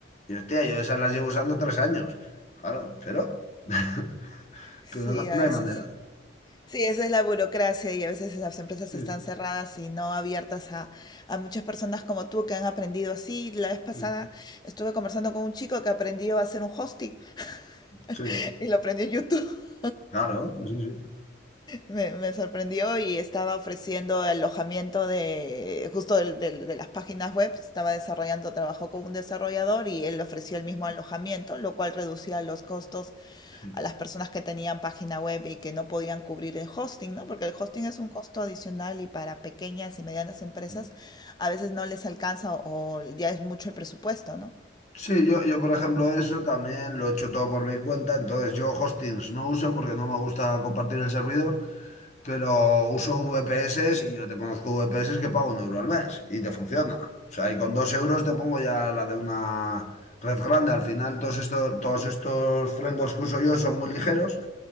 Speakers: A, on the left (about 40°); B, on the left (about 20°).
A: y hostia, yo esas las llevo usando tres años. Claro, pero, <laughs>
B: Sí,
A: pero no,
B: a
A: no
B: veces.
A: hay manera.
B: Sí, esa es la burocracia y a veces las empresas
A: Sí,
B: están cerradas y no abiertas a, a muchas personas como tú que han aprendido así. La vez pasada
A: sí,
B: estuve conversando con un chico que aprendió a hacer un hosting
A: sí,
B: <laughs> y lo aprendió en YouTube.
A: claro, sí, sí.
B: Me, me sorprendió y estaba ofreciendo alojamiento de, justo del- del- de, las páginas web, estaba desarrollando, trabajó con un desarrollador y él ofreció el mismo alojamiento, lo cual reducía los costos
A: Sí,
B: a las personas que tenían página web y que no podían cubrir el hosting, ¿no? Porque el hosting es un costo adicional y para pequeñas y medianas empresas
A: sí.
B: a veces no les alcanza o, o ya es mucho el presupuesto, ¿no?
A: Sí, yo, yo por ejemplo eso también lo he hecho todo por mi cuenta, entonces yo hostings no uso porque no me gusta compartir el servidor, pero uso VPS y yo te conozco VPS que pago un euro al mes y te funciona. O sea, y con dos euros te pongo ya la de una red grande. Al final todos estos, todos estos frameworks que uso yo son muy ligeros